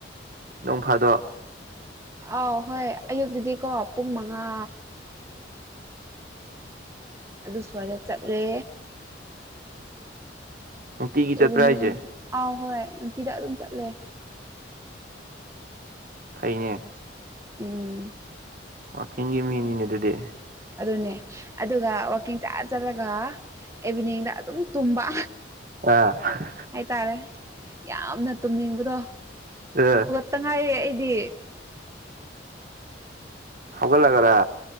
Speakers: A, on the right; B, on the right.
A: ꯅꯣꯡ ꯐꯥꯗꯣ
B: ꯑꯥꯎ ꯍꯣꯏ ꯑꯌꯨꯛꯇꯗꯤꯀꯣ ꯄꯨꯡ ꯃꯉꯥ ꯑꯗꯨ ꯁ꯭ꯋꯥꯏꯗ ꯆꯠꯂꯦ
A: ꯅꯨꯡꯇꯤꯒꯤ ꯆꯠꯄ꯭ꯔꯥ
B: ꯏꯚꯤꯅꯤꯡ
A: ꯍꯥꯏꯁꯦ
B: ꯑꯥꯎ ꯍꯣꯏ ꯅꯨꯡꯇꯤꯗ ꯑꯗꯨꯝ ꯆꯠꯂꯦ
A: ꯐꯩꯩꯅ
B: ꯎꯝ
A: ꯋꯥꯋꯥꯛꯀꯤꯡꯒꯤ ꯃꯤꯅꯤꯅꯦ ꯑꯗꯨꯗꯤ
B: ꯑꯗꯨꯅꯦ ꯑꯗꯨꯒ ꯋꯥꯛꯀꯤꯡ ꯆꯠ ꯆꯠꯂꯒ ꯏꯚꯤꯅꯤꯡꯗ ꯑꯗꯨꯝ ꯇꯨꯝꯕ
A: ꯑ
B: ꯍꯥꯏꯇꯥꯔꯦ ꯌꯥꯝꯅ ꯇꯨꯝꯅꯤꯡꯕꯗꯣ
A: ꯑ
B: ꯇ ꯉꯥꯏꯔꯦ ꯑꯩꯗꯤ꯫
A: ꯍꯧꯒꯜꯂꯒꯔꯥ꯫